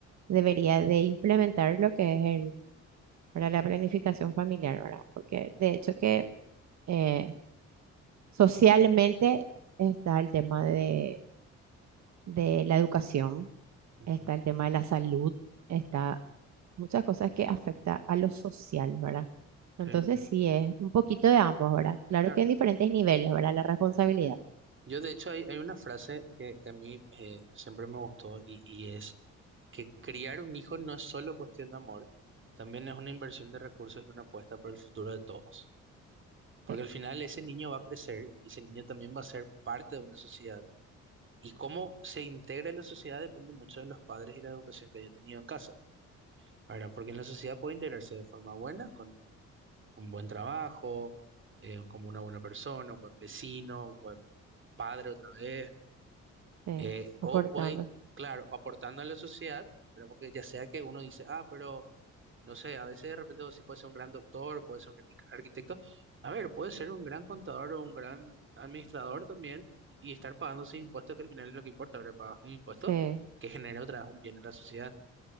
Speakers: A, on the right (about 65°); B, on the right (about 40°).
A: debería de implementar lo que es el, ¿verdad? la planificación familiar, ¿verdad? Porque de hecho que eh, socialmente está el tema de de la educación,
B: ujú,
A: está el tema de la salud, está muchas cosas que afecta a lo social, ¿verdad? Entonces
B: sí,
A: sí, es un poquito de ambos, ¿verdad?
B: claro.
A: Claro que en diferentes niveles, ¿verdad? La responsabilidad.
B: Yo, de hecho, hay, hay una frase que, que a mí eh, siempre me gustó y, y es que criar un hijo no es solo cuestión de amor, también es una inversión de recursos y una apuesta por el futuro de todos. Porque
A: Sí,
B: al final ese niño va a crecer y ese niño también va a ser parte de una sociedad. Y cómo se integra en la sociedad depende mucho de los padres y la educación que haya tenido en casa. Ahora, porque en la sociedad puede integrarse de forma buena, con un, un buen trabajo, eh, como una buena persona, un buen vecino, un buen padre otra vez.
A: sí,
B: Eh, o
A: aportando.
B: pueden, claro, aportando a la sociedad, ¿verdad? Porque ya sea que uno dice, ah, pero no sé, a veces de repente vos sí puede ser un gran doctor, puede ser un gran arquitecto. A ver, puede ser un gran contador o un gran administrador también y, y estar pagando sus impuestos, que al final es lo que importa, ¿verdad? Pagas un impuesto
A: Sí,
B: que genera otra vez un bien en la sociedad.